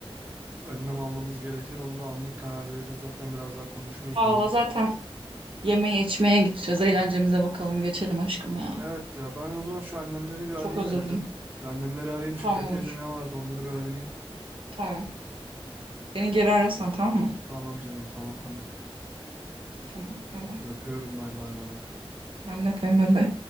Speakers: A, on the right; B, on the right.
A: önlem almamız gerekir. Onda anlık karar veririz. Zaten biraz daha konuşuruz
B: Valla
A: bunu.
B: zaten yemeğe içmeye gideceğiz. Eğlencemize bakalım. Geçelim aşkım ya.
A: Evet ya ben o zaman şu annemleri bir arayayım
B: Çok özledim.
A: hele bir. Bir annemleri arayayım şu
B: Tamam
A: Fethiye'de
B: olur.
A: ne vardı onları bir öğreneyim.
B: Tamam. Beni geri ararsan tamam mı?
A: Tamam canım tamam hadi.
B: Tamam. Bay bay.
A: Hadi öpüyorum bay bay bay bay.
B: Ben de öpüyorum. Bay bay.